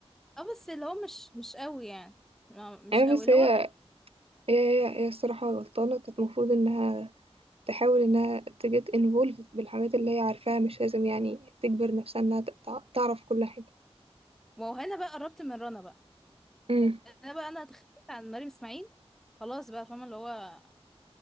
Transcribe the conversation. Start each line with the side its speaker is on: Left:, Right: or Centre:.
Centre: اه بس اللي هو مش مش قوي يعني ما- مش
Right: أيوه
Centre: قوي
Right: بس
Centre: اللي
Right: هي
Centre: هو
Right: هي هي هي الصراحة غلطانة كانت المفروض إنها تحاول إنها ت get involved بالحاجات اللي هي عارفاها مش لازم يعني تجبر نفسها إنها تقطع- تعرف كل حاجة
Centre: ما هو هنا بقى قربت من رنا بقى
Right: امم
Centre: انا بقى انا اتخليت عن مريم اسماعيل خلاص بقى فاهمه اللي هو